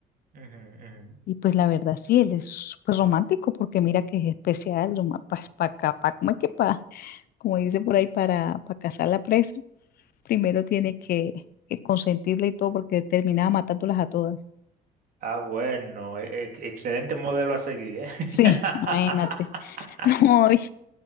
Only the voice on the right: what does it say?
Ujú, ujú.
Ah, bueno, e- e- excelente modelo a seguir, ¿eh?
<laughs>